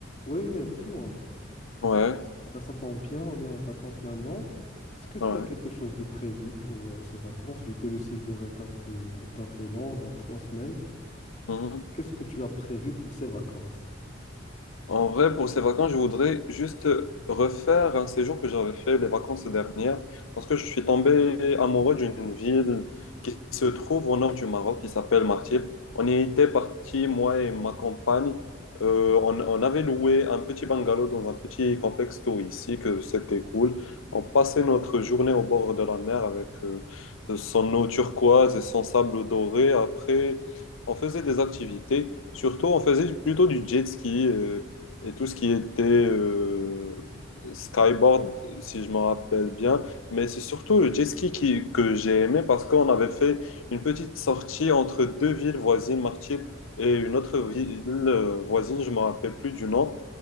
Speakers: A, on the left; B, on the left.
A: Oui, Younes, dis-moi.
B: Ouais,
A: Ah bah, ça tombe bien, on est en vacances maintenant. Est-ce que tu
B: ouais.
A: as quelque chose de prévu pour euh, ces vacances, vu que le séjour est un peu, est un peu long, on a trois semaines?
B: mhm.
A: Qu'est-ce que tu as prévu pour ces vacances?
B: En vrai, pour ces vacances, je voudrais juste refaire un séjour que j'avais fait les vacances dernières, parce que je suis tombé amoureux d'une ville qui se trouve au nord du Maroc, qui s'appelle Martil. On y était parti, moi et ma compagne. Euh, on, on avait loué un petit bungalow dans un petit complexe touristique, euh, c'était cool. On passait notre journée au bord de la mer avec euh, son eau turquoise et son sable doré. Après, on faisait des activités. Surtout, on faisait plutôt du jet ski. euh, et tout ce qui était euh, skyboard, si je me rappelle bien. Mais c'est surtout le jet ski qui- que j'ai aimé parce qu'on avait fait une petite sortie entre deux villes voisines, Martil et une autre ville euh, voisine, je me rappelle plus du nom.